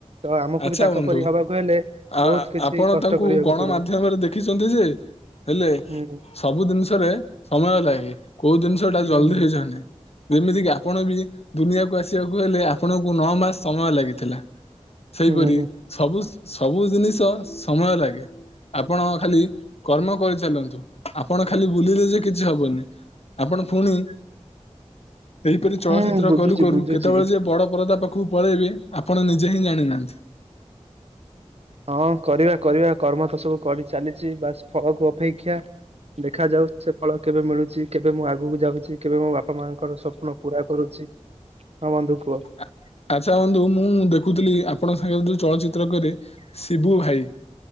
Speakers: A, on the right (about 60°); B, on the left (about 60°).
A: ତ ଆମକୁ
B: ଆଚ୍ଛା
A: ବି ତାଙ୍କ
B: ବନ୍ଧୁ
A: ପରି ହବାକୁ ହେଲେ,
B: ଆ
A: ବହୁତ କିଛି
B: ଆପଣ
A: କଷ୍ଟ
B: ତାଙ୍କୁ
A: କରିବାକୁ
B: ଗଣମାଧ୍ୟମରେ
A: ପଡିବ।
B: ଦେଖିଛନ୍ତି ଯେ ହେଲେ
A: ହୁଁ
B: ସବୁ ଜିନିଷରେ ସମୟ ଲାଗେ। କୋଉ ଜିନିଷ ଟା
A: ହୁଁ
B: ଜଲଦି ହେଇଯଏନି। ଯେମିତି, କିି ଆପଣ ବି ଦୁନିଆକୁ ଆସିବାକୁ ହେଲେ ଆପଣଙ୍କୁ ନଅ ମାସ ସମୟ ଲାଗିଥିଲା। ସେଇପରି
A: ହୁଁ ହୁଁ
B: ସବୁ ସବୁ ଜିନିଷ ସମୟ ଲାଗେ। ଆପଣ ଖାଲି କର୍ମ କରିଚାଲନ୍ତୁ। ଆପଣ ଖାଲି ବୁଲିଲେ ଯେ କିଛି ହବନି। ଆପଣ ପୁଣି ଏହି ପରି ଚଳଚ୍ଚିତ୍ର
A: ହୁଁ ବୁଝୁଛି
B: କରୁ କରୁ,
A: ବୁଝୁଛି।
B: କେତେବେଳେ ଯେ ବଡ଼ ପରଦା ପାଖକୁ ପଳେଇବେ, ଆପଣ ନିଜେ ହିଁ ଜାଣିନାହାନ୍ତି।
A: ହଁ କରିବା କରିବା କର୍ମ ତ ସବୁ କରି ଚାଲିଛି ବାସ ଫଳକୁ ଅପେକ୍ଷା। ଦେଖା ଯାଉ ସେ ଫଳ କେବେ ମିଳୁଛି। କେବେ ମୁଁ ଆଗକୁ ଯାଉଛି। କେବେ ମୋ ବାପା ବାପା ମାଙ୍କର ସ୍ୱପ୍ନ ପୁରା କରୁଛି। ହଁ ବନ୍ଧୁ କୁହ
B: ଆ-ଆଛା ବନ୍ଧୁ ମୁଁ ଦେଖୁଥିଲି ଆପଣ <unintelligible> ଚଳଚିତ୍ର କରେ ଶିବୁ ଭାଇ।